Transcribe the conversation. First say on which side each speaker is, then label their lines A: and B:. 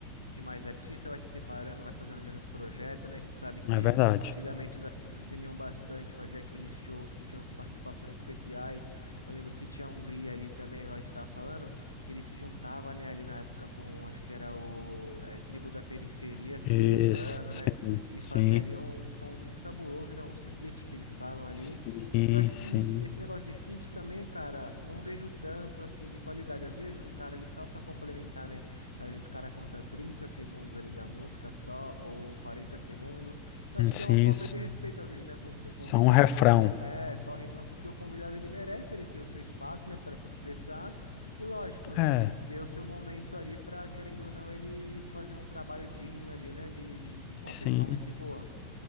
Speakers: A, on the left; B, on the left.
A: de mais artista, vai se separando, vai fazendo menos projeto, né? A gente sabe que
B: é verdade.
A: antigamente os artistas se uniam bastante, faziam aqueles shows que tinham as participações especiais. Eu lembro que tinha a Hungria ali também, igual a gente tava falando, que ele se juntava, né, ali na época com, acho que era o eh, Tribo da Periferia, se
B: Isso,
A: eu não me engano,
B: sim,
A: né? E
B: sim,
A: fazia ali um, uns sons muito cabulosos, né? Uns feat que eles falam ali.
B: sim,
A: E eu acho
B: sim,
A: que esse negócio de feat também, cara, não vejo tanto assim de qualidade. Às vezes o cara ele só para complementar, né? Às vezes o cara canta 30 segundos ali da música só, ou 40 segundos. Eu
B: hum,
A: acho
B: sim,
A: que é uma falta
B: isso
A: de respeito, às vezes, né, com, com o convidado,
B: isso é um refrão.
A: porque é só o refrão, porque o convidado ele merece ele ter o seu espaço, né, para se expressar. E lógico, né,
B: É,
A: ter o seu momento ali para, querendo ou não, ele fazer um trabalho digno ali, né, de, de- com
B: sim,
A: uma performance boa.